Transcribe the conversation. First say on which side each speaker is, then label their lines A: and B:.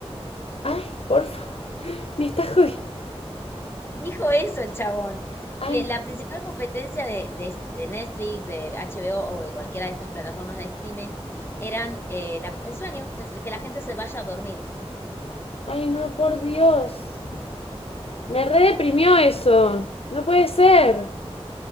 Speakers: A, on the left (about 65°); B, on the left (about 20°).
A: Ay, por favor, <laughs> me está jodiendo.
B: Dijo eso el chabón,
A: Ay,
B: que la principal competencia de, de- de Netflix, de HBO o o de cualquiera de estas plataformas de streaming eran eh, la- el sueño, es que la gente se vaya a dormir.
A: ay, no, por Dios. Me redeprimió eso. No puede ser.